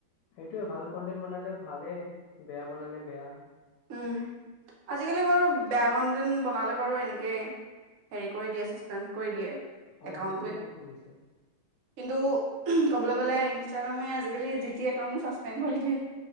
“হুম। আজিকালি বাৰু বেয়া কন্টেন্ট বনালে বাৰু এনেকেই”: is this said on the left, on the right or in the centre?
Right